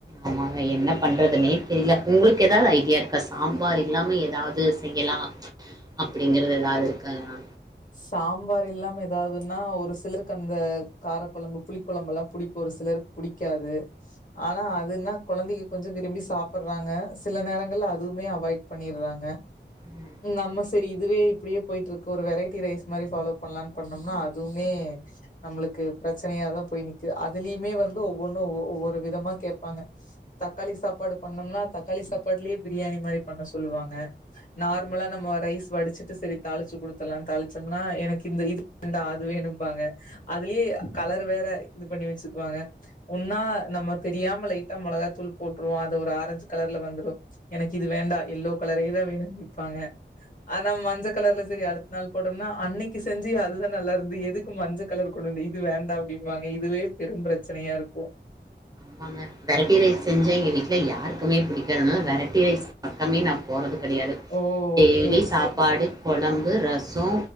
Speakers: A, on the right; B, on the left.
A: ஆம் வாங்க என்ன பண்றதுனே தெரில உங்ளுக்கு எதாது ஐடியா இருக்கா சாம்பார் இல்லாம எதாவ்து செய்யலா அப்புடிங்கிறது எதாது இருக்கா எத்னா
B: சாம்பார் இல்லாம எதாவ்துன்னா ஒரு சிலருக்கு அந்த காரக்கொழம்பு புளி கொழம்புல்லா புடிக்கு ஒரு சிலருக் புடிக்காது ஆனா அதுன்னா கொழந்தைக்கு கொஞ்ச விரும்பி சாப்புற்றாங்க சில நேரங்கள்ல அதுவுமே அவாய்ட் பண்ணிற்றாங்க
A: ம்,
B: நம்ம செரி இதுவே இப்புடியே போயிட்ருக்கு ஒரு வெரை தி ரைஸ் மாரி ஃபாலோ பண்ணலான் பண்ணம்னா அதுவுமே நம்முளுக்கு பிரச்சனையாதா போய் நிக்கிது அதுலிமே வந்து ஒவ்வொன்னு ஒவ் ஒவ்வொரு விதமா கேப்பாங்க தக்காளி சாப்பாடு பண்ணம்னா தக்காளி சாப்பாட்லியே பிரியாணி மாரி பண்ண சொல்லுவாங்க நார்மலா
A: ம்.
B: நம்ம ரைஸ் வடிச்சுட்டு செரி தாளிச்சு குடுத்துர்லான் தாளி சம்னா எனக்கு இந்த இது வேண்ட அது வேணும்பாங்க அதுலியே கலர் வேற இது பண்ணி வச்சுக்குவாங்க ஒன்னா நம்ம தெரியாம லைட்டா மொளகாத்தூள் போட்ருவோ அது ஒரு ஆரஞ்சு கலர்ல வந்துரு எனக் இது வேண்டா யெல்லோ கலரே தா வேணுன் நிப்பாங்க ஆனா மஞ்ச கலர்ல செரி அடுத் நாள் போடம்னா அன்னக்கி செஞ்சியே அதுதா நல்லாருந்து எதுக்கு மஞ்ச கலர் கொண்டு வந்த இது வேண்டா அப்டிம்பாங்க இதுவே பெரும் பிரச்சனயா இருக்கு
A: அமாங்க வெரைட்டி ரைஸ் செஞ்சா எங்க வீட்ல யாருக்குமே புடிக்காதனால வெரைட்டி ரைஸ் பக்கமே நா போறது கடையாது
B: ஓ
A: டெய்லி
B: ஓகே ஓகே
A: சாப்பாடு கொழம்பு ரசோ